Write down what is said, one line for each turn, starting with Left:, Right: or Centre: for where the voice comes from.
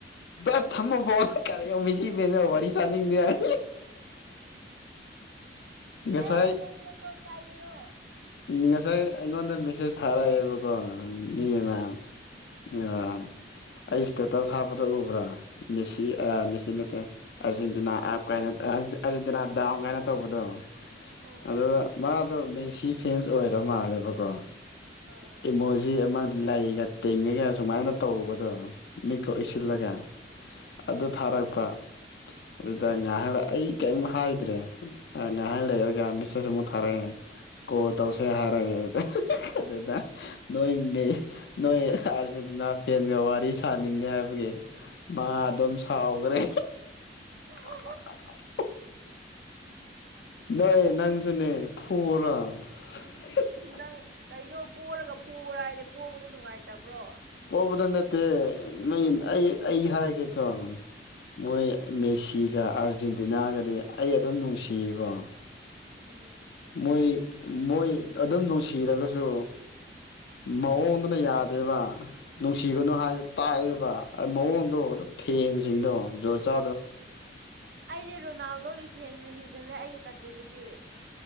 Left: ꯗꯠ ꯊꯝꯃꯣ ꯐꯣꯟ ꯀꯔꯤꯌꯣ ꯃꯦꯁꯤ ꯐꯦꯟꯒ ꯋꯥꯔꯤ ꯁꯥꯅꯤꯡꯗꯦ ꯉꯁꯥꯏ
Right: ꯑꯦ ꯅꯪ ꯅꯀꯣꯛ ꯀꯥꯏꯔꯤꯔꯣ
Left: ꯉꯁꯥꯏ ꯑꯩꯉꯣꯟꯗ ꯃꯦꯁꯦꯁ ꯊꯥꯔꯛꯑꯦꯕꯀꯣ ꯃꯤ ꯑꯃ
Right: ꯑ
Left: ꯎꯝꯑ ꯑꯩ ꯁ꯭ꯇꯦꯇꯁ ꯍꯥꯞꯄꯗꯣ ꯎꯕ꯭ꯔꯥ ꯃꯦꯁꯤ ꯑꯥ ꯃꯦꯁꯤ ꯅꯠꯇꯦ ꯑꯥꯔꯖꯦꯟꯇꯤꯅꯥ ꯑꯞ ꯀꯥꯏꯅ ꯑꯥ ꯑꯥꯔꯖꯦꯟꯇꯤꯅꯥ ꯗꯥꯎꯟ ꯀꯥꯏꯅ ꯇꯧꯕꯗꯣ
Right: ꯑꯣ
Left: ꯑꯗꯨ ꯑꯗꯣ ꯃꯦꯁꯤ ꯐꯦꯟꯁ ꯑꯣꯏꯔ ꯃꯥꯜꯂꯦꯕꯀꯣ
Right: ꯑꯥ
Left: ꯏꯃꯣꯖꯤ ꯑꯃ ꯂꯩꯒ ꯇꯤꯡꯉꯒ ꯁꯨꯃꯥꯏꯅ ꯇꯧꯕꯗꯣ ꯃꯤꯠꯀ ꯎꯏꯁꯤꯜꯂꯒ
Right: ꯑꯥ
Left: ꯑꯗꯨ ꯊꯥꯔꯛꯄ ꯑꯗꯨꯗ ꯉꯥꯏꯍꯥꯛ ꯑꯩ ꯀꯔꯤꯝ ꯍꯥꯏꯗ꯭ꯔꯦ ꯉꯥꯏꯍꯥꯛ
Right: ꯎꯝ
Left: ꯂꯩꯔꯒ ꯃꯦꯁꯦꯖ ꯑꯃꯨꯛ ꯊꯥꯔꯛꯑꯦ ꯐꯣꯟ ꯇꯧꯁꯦꯔ ꯍꯥꯏꯔꯛꯑꯦ ꯑꯗꯨꯗ ꯅꯣꯏ ꯃꯦ ꯅꯣꯏ ꯑꯥꯔꯖꯦꯟꯇꯤꯅꯥ ꯐꯦꯟꯒ ꯋꯥꯔꯤ ꯁꯥꯅꯤꯡꯗꯦ ꯍꯥꯏꯕꯒꯤ ꯃꯥ ꯑꯗꯨꯝ ꯁꯥꯎꯈ꯭ꯔꯦ
Right: ꯑ <inaudible>
Left: ꯥꯍꯥ ꯍꯥ ꯎꯛ ꯅꯣꯏ ꯅꯪꯁꯨꯅꯦ ꯐꯨꯔꯣ ꯍꯤ ꯍꯤ ꯍꯤ
Right: ꯅꯪ ꯀꯩꯅꯣ ꯄꯣꯔꯒ ꯐꯨꯔꯥ ꯍꯥꯏꯗꯤ ꯄꯣꯕꯗꯣ ꯅꯨꯡꯉꯥꯏꯇꯕ꯭ꯔꯣ
Left: ꯄꯣꯕꯗꯣ ꯅꯠꯇꯦ ꯑꯩ ꯑꯩ ꯍꯥꯏꯒꯦꯀꯣ ꯃꯣꯏ
Right: ꯎꯝ
Left: ꯃꯦꯁꯤꯒ ꯑꯥꯔꯖꯦꯟꯇꯤꯅꯥꯒꯗꯤ ꯑꯩ ꯑꯗꯨꯝ ꯅꯨꯡꯁꯤꯌꯦꯀꯣ
Right: ꯎꯝ
Left: ꯃꯣꯏ ꯃꯣꯏ ꯑꯗꯨꯝ ꯅꯨꯡꯁꯤꯔꯒꯁꯨ ꯃꯑꯣꯡꯗꯨꯅ ꯌꯥꯗꯦꯕ ꯅꯨꯡꯁꯤꯒꯅꯨ ꯍꯥꯏꯅ ꯇꯥꯛꯌꯦꯕ ꯃꯑꯣꯡꯗꯣ ꯑꯗꯨ ꯐꯦꯟꯁꯤꯡꯗꯣ ꯖꯨꯒꯣꯠ ꯆꯥ
Right: ꯑꯩꯗꯤ ꯔꯣꯅꯥꯜꯗꯣꯒꯤ ꯐꯦꯟꯅ ꯍꯦꯟꯖꯤꯜꯂꯦ ꯑꯩꯒꯤ ꯀꯟꯇꯦꯛꯇꯗꯤ